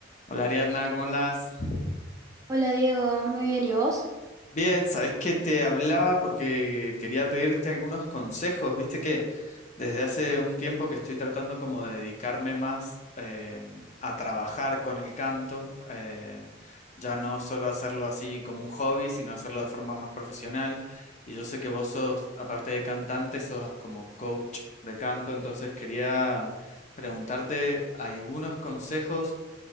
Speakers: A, on the left; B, on the right.
A: Hola Ariadna, ¿cómo andás?
B: Hola Diego, muy bien, ¿y vos?
A: Bien, sabés que te hablaba porque quería pedirte algunos consejos. Viste que desde hace un tiempo que estoy tratando como de dedicarme más eh, a trabajar con el canto, eh, ya no solo hacerlo así como un hobby, sino hacerlo de forma más profesional. Y yo sé que vos sos, aparte de cantante, sos como coach de canto, entonces quería preguntarte algunos consejos